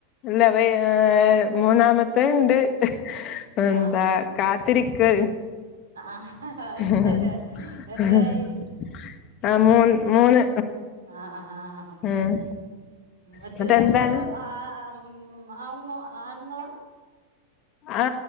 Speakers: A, on the left (about 35°); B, on the right (about 70°).
A: ഇല്ല വ ഏ മൂന്നാമത്തെ ഉണ്ട് എന്താ
B: ആഹാ
A: കാത്തിരിക്ക്
B: ആഹ് അത്
A: ഹ
B: ശരി എത്രയായി
A: <inaudible> ആ മൂ മൂന്ന്
B: ആ ആ ആ
A: ഉം
B: മറ്റെ
A: ന്നട്ട്
B: രണ്ടൂപേരും
A: എന്താണ്
B: ആ ആ മ് അ ആ ആഉമ്മ ആണ്ങ്ങളാ
A: ആ